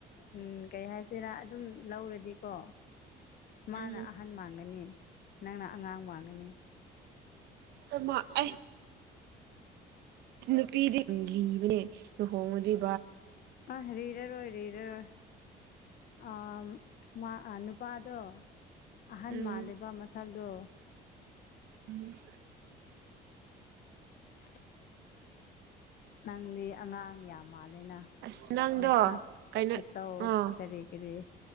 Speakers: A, on the left; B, on the right.
A: ꯎꯝ ꯀꯩ ꯍꯥꯏꯁꯤꯔꯥ ꯑꯗꯨꯝ ꯂꯧꯔꯗꯤꯀꯣ ꯃꯥꯅ
B: ꯎꯝ
A: ꯑꯍꯟ ꯃꯥꯟꯒꯅꯤ ꯅꯪꯅ ꯑꯉꯥꯡ ꯃꯟꯒꯅꯤ
B: ꯑꯃ ꯑ ꯅꯨꯄꯤꯗꯤ ꯂꯤꯕꯅꯦ ꯂꯨꯍꯣꯡꯂꯥꯗꯤ
A: ꯑ ꯔꯤꯔꯔꯣꯏ ꯔꯤꯔꯔꯣꯏ ꯑꯥ ꯃꯥ ꯅꯨꯄꯥꯗꯣ ꯑꯍꯟ
B: ꯎꯝ
A: ꯃꯥꯜꯂꯤꯕ ꯃꯁꯛ ꯇꯣ
B: ꯎꯝ
A: ꯒ ꯅꯪꯗꯤ ꯑꯉꯥꯡ ꯌꯥꯝ ꯃꯜꯂꯦꯅ
B: ꯑꯁ ꯅꯪꯗꯣ
A: ꯅꯁꯥꯛ
B: ꯀꯩꯅꯣ
A: ꯈꯨꯇꯧ
B: ꯑꯣ
A: ꯀꯔꯤ ꯀꯔꯤ